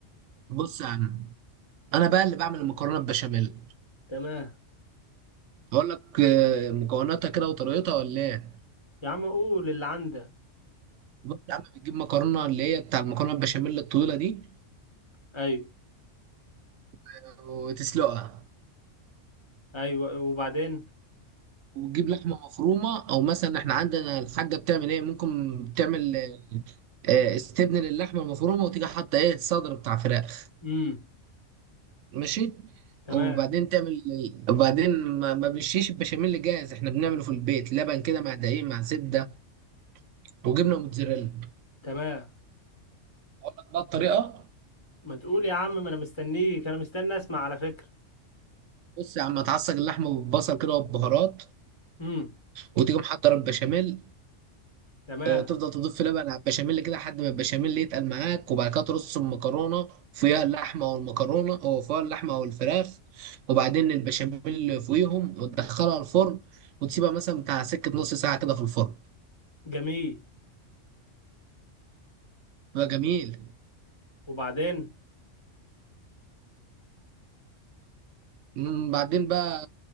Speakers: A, on the right; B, on the left.
A: بص يا عم انا بقى اللي بعمل المكرونه البشاميل
B: تمام
A: هقول لك آه، مكوناتها كده وطريقتها ولا ايه
B: يا عم قول اللي عندك
A: بص يا عم بتجيب مكرونه اللي هي بتاع المكرونه البشاميل الطويله دي
B: ايوه
A: آه، وتسلقها
B: ايوه وبعدين
A: وتجيب لحمه مفرومه او مثلا احنا عندنا الحاجه بتعمل ايه ممكن بتعمل آه، استبن للحمه المفرومه وتيجي حاطه ايه صدر بتاع فراخ
B: امم
A: ماشي
B: تمام
A: وبعدين تعمل وبعدين ما ما بنشيش البشاميل جاهز احنا بنعمله في البيت لبن كده مع دقيق مع زبده وجبنه موتزاريلا
B: تمام
A: اقول لك بقى الطريقه
B: ما تقول يا عم ما انا مستنيك انا مستني اسمع على فكرة
A: بص يا عم هتعصج اللحمه بالبصل كده والبهارات
B: مم.
A: وتيجي محضر البشاميل
B: تمام
A: آه، تفضل تضيف لبن على البشاميل كده لحد ما البشاميل يتقل معاك وبعد كده ترص المكرونه فيها اللحمه او المكرونه او فيها اللحمه او الفراخ وبعدين البشاميل فوقيهم وتدخلها الفرن وتسيبها مثلا بتاع سكه نص ساعه كده في الفرن
B: جميل
A: بقى جميل
B: وبعدين
A: مم، بعدين بقى